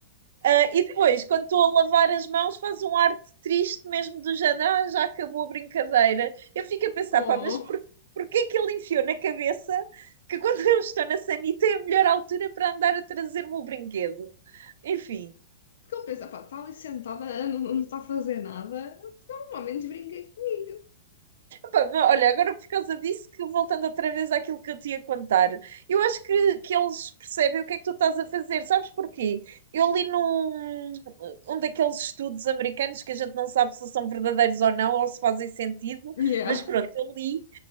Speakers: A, on the right (about 70°); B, on the left (about 75°).
A: Ah, e depois, quando estou a lavar as mãos, faz um ar de triste mesmo do género, "Ah, já acabou a brincadeira. Eu fico a pensar,
B: Oh,
A: pá, mas por, porquê que ele enfiou na cabeça que quando eu estou na sanita é a melhor altura para andar a trazer-me o brinquedo? Enfim.
B: porque ele pensa, pá, está ali sentada, não, não está a fazer nada. Normalmente brinca comigo.
A: Pá, mas Olha, agora por causa disso, que voltando outra vez àquilo que eu te ia contar, eu acho que, que eles percebem o que é que tu estás a fazer, sabes porquê? Eu li num um daqueles estudos americanos que a gente não sabe se são verdadeiros ou não, ou se fazem sentido,
B: Yeah.
A: mas pronto, eu li,